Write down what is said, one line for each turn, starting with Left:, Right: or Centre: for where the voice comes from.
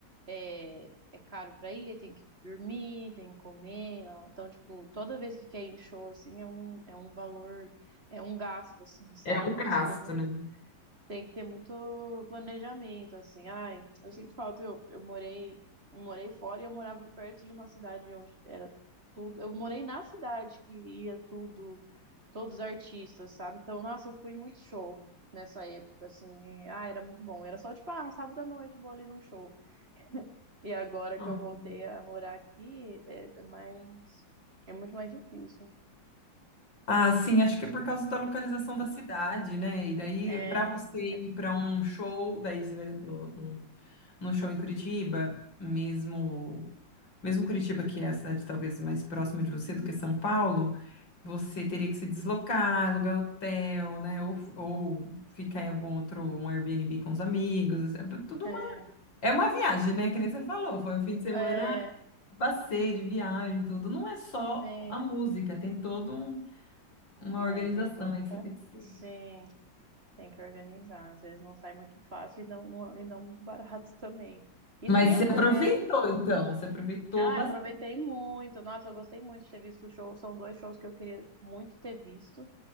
Right: é, é caro pra ir, aí tem que dormir, tem que comer. ó. Então, tipo, toda vez que quer ir em show, assim, é um, é um valor, é um gasto, assim, sabe?
Left: É um
Right: Tem
Left: gasto,
Right: que ter muito,
Left: né?
Right: tem que ter muito planejamento, assim. Ai, eu sinto falta, eu, eu morei, eu morei fora e eu morava perto de uma cidade onde era tudo. Eu morei na cidade que ia tudo, todos os artistas, sabe? Então, nossa, eu fui em muito show. Nessa época, assim, e, ah, era muito bom. Era só tipo, ah, um sábado à noite vou ali num show. E agora
Left: Ah,
Right: que eu voltei a morar aqui, é é mais, é muito mais difícil.
Left: Ah, sim, acho que é por causa da localização da cidade, né? E daí,
Right: É,
Left: para você ir
Right: é,
Left: para um show, daí você vai no, no, no show em Curitiba, mesmo, mesmo Curitiba, que é a cidade talvez mais próxima de você do que São Paulo, você teria que se deslocar, alugar hotel, né? Ou, ou ficar em algum outro, um Airbnb com os amigos, assim, é tudo
Right: é,
Left: uma, é uma viagem, né? Que nem você falou, foi um fim de semana,
Right: é,
Left: passeio de viagem, tudo. Não é só
Right: sim,
Left: a música, tem todo um Uma
Right: né?
Left: organização
Right: Tem todo
Left: aí
Right: um,
Left: que
Right: con-
Left: você tem que seguir.
Right: sim, tem que organizar. Às vezes não sai muito fácil e não, não- e não muito barato <laughs> também. E
Left: Mas
Right: tempo,
Left: você aproveitou,
Right: né?
Left: então. Você aproveitou
Right: Ah,
Left: bastante.
Right: aproveitei muito. Nossa, eu gostei muito de ter visto o show. São dois shows que eu queria muito ter visto.